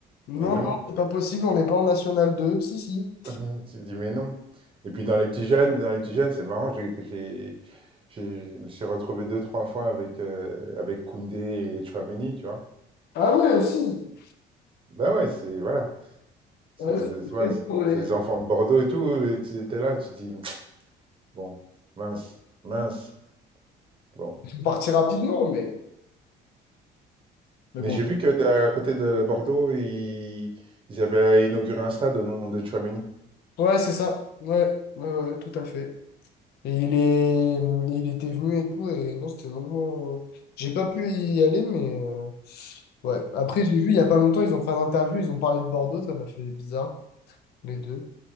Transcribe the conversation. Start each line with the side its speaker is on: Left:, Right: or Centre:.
Left: Non,
Right: mais non.
Left: non, c'est pas possible, on n'est pas en National 2, Si, si.
Right: <laughs> Ah, tu te dis, mais non. Et puis dans les petits jeunes, dans les petits jeunes, c'est marrant, j'ai, j'ai, j'ai- je me suis retrouvé deux, trois fois avec, euh, avec Koundé et Tchouaméni, tu vois.
Left: Ah ouais, aussi.
Right: Bah ouais, c'est, voilà, c'est
Left: Ah ouais,
Right: des,
Left: c'est
Right: tu
Left: très
Right: vois,
Left: drôle.
Right: c'est des enfants de Bordeaux et tout, et tu étais là, tu te dis, bon, mince, mince, bon.
Left: On partit rapidement, mais... Mais
Right: Mais
Left: bon,
Right: j'ai vu que euh, à côté de Bordeaux, ils, ils avaient inauguré un stade au nom de Tchouaméni.
Left: Ouais, c'est ça. Ouais, ouais, ouais, tout à fait. Et il est... il était venu et tout, et non, c'était vraiment... J'ai pas pu y aller, mais... euh, Ouais. Après, j'ai vu, il y a pas longtemps, ils ont fait un interview, ils ont parlé de Bordeaux, ça m'a fait bizarre, les deux.